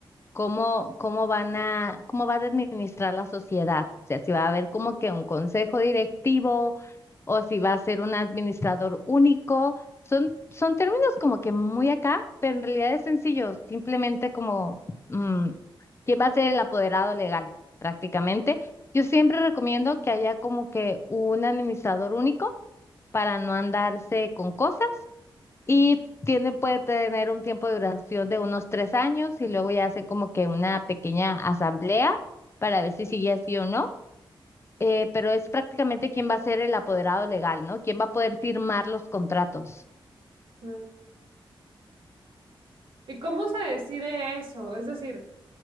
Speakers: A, on the left; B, on the right.
A: cómo, cómo van a, cómo va a administrar la sociedad. O sea, si va a haber como que un consejo directivo o si va a ser un administrador único. Son, son términos como que muy acá, pero en realidad es sencillo, simplemente como mm, quién va a ser el apoderado legal, prácticamente. Yo siempre recomiendo que haya como que un administrador único para no andarse con cosas y tiene, puede tener un tiempo de duración de unos tres años y luego ya hacen como que una pequeña asamblea para ver si sigue así o no. Eh, pero es prácticamente quién va a ser el apoderado legal, ¿no? ¿Quién va a poder firmar los contratos?
B: Mm. ¿Y cómo se decide eso? Es decir,